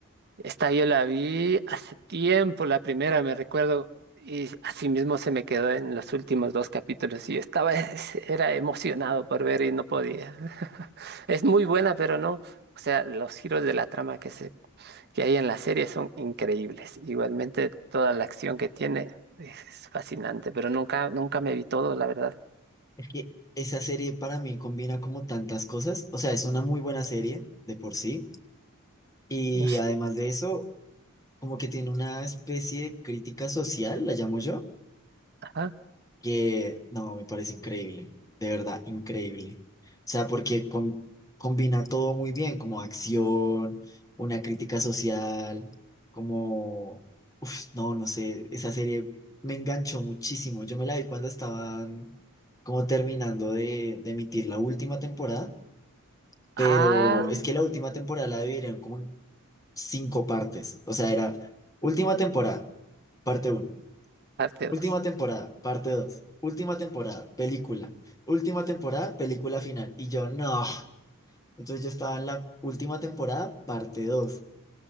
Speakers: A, on the right; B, on the left.
A: esta yo la vi hace tiempo, la primera, me recuerdo, y así mismo se me quedó en los últimos dos capítulos. Y yo estaba, es- era emocionado por ver y no podía. <laughs> Es muy buena, pero no. O sea, los giros de la trama que se que hay en la serie son increíbles. Igualmente toda la acción que tiene es fascinante, pero nunca, nunca me vi todo, la verdad.
B: Es que esa serie para mí combina como tantas cosas, o sea, es una muy buena serie de por sí, y
A: No sé,
B: además de eso, como que tiene una especie de crítica social, la llamo yo
A: Ajá.
B: que no, me parece increíble, de verdad, increíble. O sea, porque con- combina todo muy bien, como acción, una crítica social, como, uf, no, no sé, esa serie me enganchó muchísimo. Yo me la vi cuando estaban como terminando de, de emitir la última temporada, pero
A: Ah,
B: es que la última temporada la dividieron como en cinco partes, o sea, era última temporada, parte uno
A: parte dos
B: Última temporada, parte dos Última temporada, película. Última temporada, película final. Y yo, no. Entonces yo estaba en la última temporada, parte dos